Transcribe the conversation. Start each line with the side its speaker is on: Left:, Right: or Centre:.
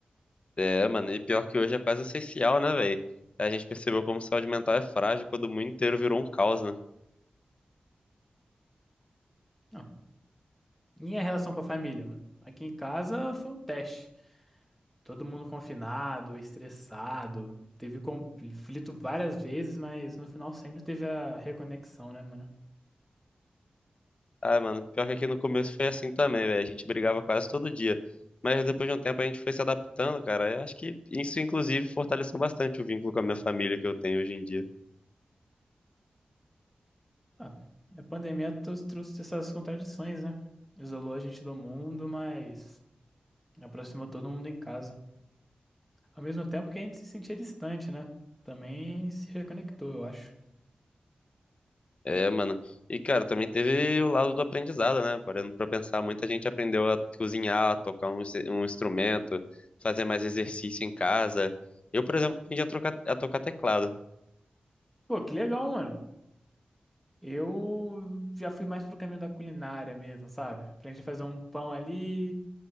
Left: É, mano, e pior que hoje é quase essencial, né, velho? A gente percebeu como saúde mental é frágil quando o mundo inteiro virou um caos, né?
Centre: Ah, minha relação com a família, mano. Aqui em casa foi um teste. Todo mundo confinado, estressado. Teve conflito várias vezes, mas no final sempre teve a reconexão, né, mano?
Left: Ah, mano, pior que aqui no começo foi assim também, velho. A gente brigava quase todo dia. Mas depois de um tempo a gente foi se adaptando, cara. Eu acho que isso, inclusive, fortaleceu bastante o vínculo com a minha família que eu tenho hoje em dia.
Centre: Ah, a pandemia tos- trouxe essas contradições, né? Isolou a gente do mundo, mas aproximou todo mundo em casa. Ao mesmo tempo que a gente se sentia distante, né? Também se reconectou, eu acho.
Left: É, mano. E, cara, também teve o lado do aprendizado, né? Parando pra pensar, muita gente aprendeu a cozinhar, a tocar um, inse- um instrumento, fazer mais exercício em casa. Eu, por exemplo, aprendi a trocar- a tocar teclado.
Centre: Pô, que legal, mano. Eu já fui mais pro caminho da culinária mesmo, sabe? Aprendi a fazer um pão ali,